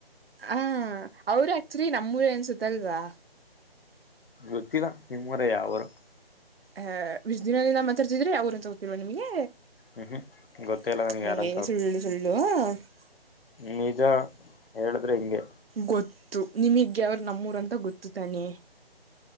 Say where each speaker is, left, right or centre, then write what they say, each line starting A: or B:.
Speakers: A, on the right; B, on the left.
A: ಹಾ ಅವರು ಆಕ್ಚುಲಿ ನಮ್ಮೂರು ಅನ್ಸುತ್ತಲ್ವಾ. <unintelligible>
B: ಗೊತ್ತಿಲ್ಲ ನಿಮ್ಮ ಊರೇ ಯಾವ ಊರ್. <unintelligible>
A: ಹ ಇಸ್ಟ ದಿನ ದಿನಾ ಮಾತಾರ್ಸಿದ್ರೆ ಯಾವ ಊರು ಅಂತ ಗೊತ್ತ ಇಲ್ಲ ನಿಮಗೆ.
B: ಹ್ಮ್ ಹ್ಮ್
A: <unintelligible>
B: ಗೊತ್ತೇ ಇಲ್ಲ ನನ್ಗೆ ಯಾರಂತವ್ರು
A: ಏ ಸುಳ್ಳು ಸಳ್ಳು. <unintelligible>
B: ನಿಜಾ ಹೇಳಿದ್ರೆ ಹಿಂಗೆ. <unintelligible>
A: ಗೊತ್ತು ನಿಮಗೆ ಏಕ್ ನಮ್ಮೂರ ಅಂತ ಗೊತ್ತು ತಾನೆ. <unintelligible>